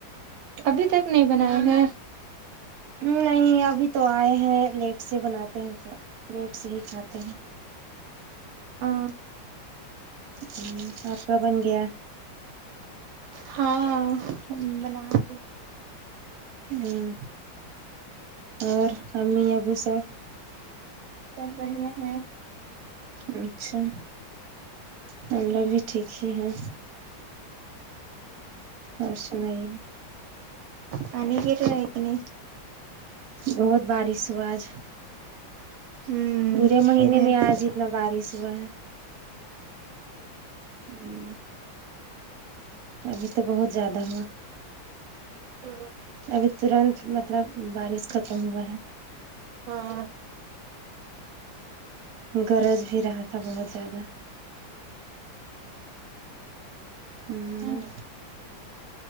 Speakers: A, on the right; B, on the right.
A: ابھی تک نہیں بنائے ہیں
B: نہیں ابھی تو آئے ہیں لیٹ سے بناتے ہیں تو لیٹ سے ہی کھاتے ہیں
A: اں
B: ہمم آپ کا بن گیا
A: ہاں ہم بنا رہے
B: ہمم اور امی ابو سب
A: سب بڑھیا ہے
B: اچھا ہم لوگ بھی ٹھیک ہی ہیں اور سنائیے
A: پانی کے تو ہے کہ نہیں
B: بہت بارش ہوا آج
A: ہ
B: پورے مہینے
A: ادھر
B: میں
A: بھی
B: آج ہی اتنا بارش ہوا ہے ہمم ابھی تو بہت زیادہ ہوا
A: ہمم
B: ابھی ترنت مطلب بارش ختم ہوا ہے
A: ہاں
B: ہوں گرج بھی رہا تھا بہت زیادہ ہوں
A: ہاں